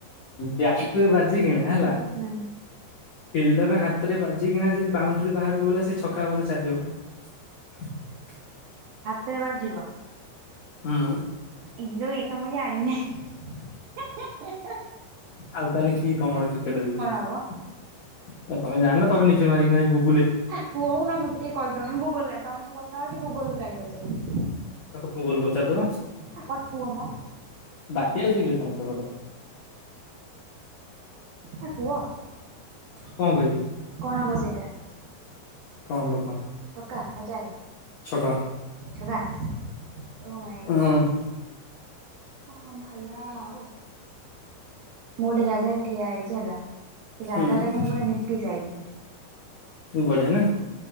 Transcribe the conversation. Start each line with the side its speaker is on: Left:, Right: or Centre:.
Left: ବ୍ୟାଟ୍ ରେ ବାଜି କିନା ହେଲା।
Right: ହୁଁ
Left: ଫିଲ୍ଡର ହାତରେ ବାଜିକିନା ଯଦି ବାଉଣ୍ଡ୍ରି ବାହାରକୁ ଗଲା ସେ ଛକା ହବନା ଚାରି ହେବ। <inaudible>
Right: ତେରେ ବାଜିବ।
Left: ହଁ।
Right: ଇଲୋ ଏଇଟା ମୁଁ ଜାଣିନାଇ।
Left: ଆଉ ତାହେଲେ କି କମଳ କ୍ରିକେଟ ଦେଖୁଛି
Right: ହବ?
Left: ତମେ ଜାଣିନ ତମେ ନିଜେ ମାରିକିନା ଗୁ
Right: ହେ କୁହୁନ ମତେ ଟିକେ କହିଦଉନ ମୁଁ ଗୁଗଲ କାଇଁ ତମ ସ କଥା ହଉଛି ଗୁଗଲକୁ କାଇଁ ପଚାରିବି।
Left: ତା ଗୁଗଲ କୁ ପଚାରିଦେବା।
Right: ଆ କ କୁହ ମ
Left: ବାକି ଅଛି କି ରେ ତମର ସେପଟେ?
Right: ହେ କୁହ
Left: କଣ କହିବି
Right: କଣ ହବ ସେଇଟା?
Left: <unintelligible>
Right: ଛକା ନଚାରି
Left: ଛକା
Right: ଛକା। ଓ ମାୟି ଗ
Left: ହଁ
Right: ହଁ ଭଲ ଆଉ। ମୁଁ ଗୋଟେ ଜାଗାରେ ଠିଆ ହେଇଛି ହେଲା। ସେ ଜାଗା
Left: ହୁଁ
Right: ଟାକୁ ମୁଁ ପୁରା ନିପି ସାଇଲିନି।
Left: ବଢିଆ ନା।